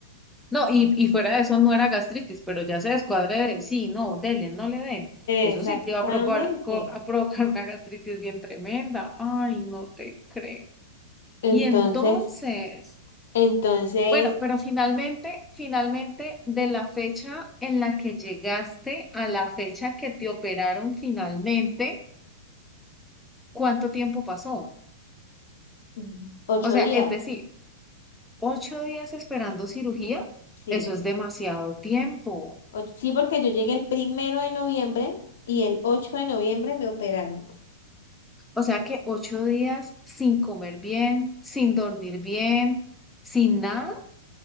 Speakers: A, in the centre; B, on the left.
A: No, y, y fuera de eso no era gastritis, pero ya se descuadre de, sí, no, dele, no le den. Eso
B: Exactamente.
A: sí te iba a provocar, co- a provocar una gastritis bien tremenda. Ay, no te creo.
B: Entonces,
A: Y entonces.
B: entonces,
A: Bueno, pero finalmente, finalmente, de la fecha en la que llegaste a la fecha que te operaron finalmente, ¿cuánto tiempo pasó?
B: mm, ocho
A: O sea,
B: días,
A: es decir, ocho días esperando cirugía,
B: sí.
A: eso es demasiado tiempo.
B: Och- sí, porque yo llegué el primero de noviembre y el 8 de noviembre me operaron.
A: O sea que ocho días sin comer bien, sin dormir bien, sin nada,